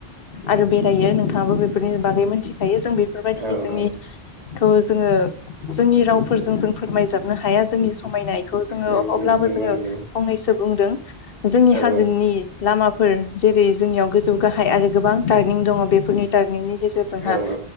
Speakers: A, on the left; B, on the right.
A: आरो बे जायो नोंथाङाबो बेफोरनि बागै मोनथिखायो जों बेफोरबायदि
B: औ
A: जोंनि
B: औ
A: खौ जोङो जोंनि रावफोरजों जों फोरमायजाबनो हाया। जोंनि खामायनायखौ जोङो
B: नंगौ
A: अब्लाबो
B: नंगौ
A: जोङो
B: नंगौ नंगौ
A: फंनैसो बुंदों जोंनि
B: औ
A: हाजोनि लामाफोर जेरै जोंनियाव गोजौ गाहाय आरो गोबां टार्निं दङ बेफोरनि टार्निंनि गेजेरजोंहा
B: औ औ